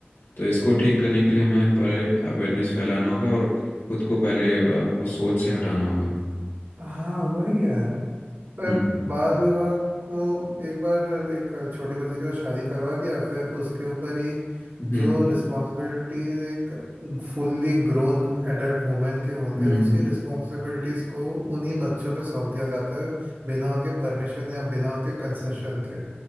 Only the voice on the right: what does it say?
हाँ वही है पर
बाल विवाह को एक बार एक छोटी बच्ची का शादी करवा दिया फिर उसके ऊपर ही
जो रिस्पॉन्सिबिलिटीज एक फुल्ली ग्रोन एडल्ट वुमेन के होते
हैं उसी रिस्पॉन्सिबिलिटीज को उन्हीं बच्चों पे सौंप दिया जाता है बिना उनके परमिशन या बिना उनके कंसेशन के